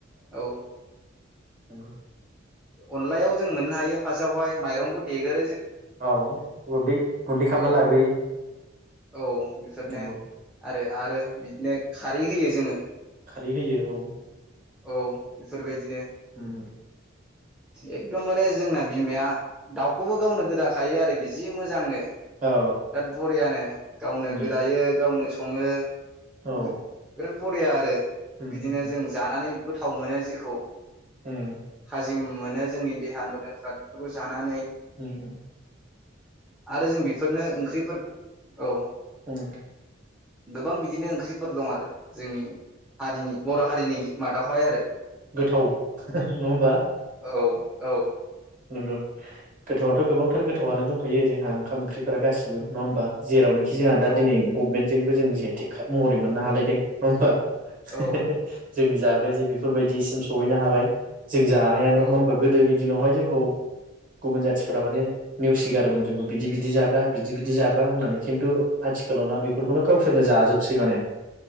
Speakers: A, in the centre; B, on the right.
A: औ
B: नोंगौ
A: अनलायाव जों मोननो हायो फार्स्टआवहाय माइरंखौ देगोन
B: औ गुन्दै गुन्दै खालामना
A: औ
B: लाग्रोयो
A: औ बेफोरनो
B: नंगौ
A: आरो आरो बिदिनो खारै होयो जोङो
B: खारै होयो औ
A: औ बेफोरबायदिनो
B: उम
A: एकदमबारे जोंना बिमाया दाउखौबो गावनो गोदाखायो आरोखि जि मोजांनो बिराद
B: औ
A: बरियानो गावनो
B: उम
A: गोदायो गावनो सङो
B: औ
A: बिराद बरिया आरो
B: उम
A: बिदिनो
B: उम
A: जोङो माने गोथाव मोनो जेखौ
B: उम
A: थाजिम मोनो जोंनि देहा मोदोमफ्रा बेफोरखौ जानानै
B: उम
A: आरो जों बेफोरनो ओंख्रि औ
B: हम
A: गोबां बिदिनो ओंख्रिफोर दं आरो जोंनि हारिनि बर' हारिनि मादावहाय आरो
B: गोथाव नंङा होमबा
A: औ औ
B: नंगौ गोथावाथ गोबांथार गोथावानो दंखायो जोंहा ओंखाम ओंख्रिफोरा गासिबो नङा होमबा जेरावनो खि जोंहा दा
A: औ
B: दिनै गभमेन्टजों जों जि आइ टेक खा महरै मोननो हालायदों नंङा होमबा <unintelligible>
A: औ
B: जोंनि जाग्राया जे बे फोरबायदिसिम सहैनो हाबाय जों जानायानो
A: औ
B: नंङा होमबा गोदोनि दिनावहाय जोंखौ गुबुन जाथिफोरा माने नेवसिगारोमोन जोंखौ बिदि बिदि जाग्रा बिदि बिदि जाग्रा होननानै खिन्थु आथिखालाव ना बेफोरखौनो गावसोरनो जाजोबसै माने।